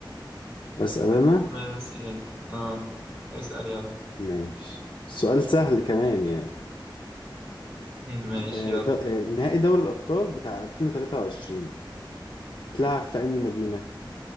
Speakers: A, on the left; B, on the right.
A: أسأل أنا
B: تمام اسأل انت اه اسأل يلا
A: ماشي سؤال سهل كمان يعني
B: <laughs>
A: ات-
B: ماشي
A: آه،
B: يلا
A: د- آه، نهائي دوري الأبطال بتاع 2023 اتلعب في أي مدينة؟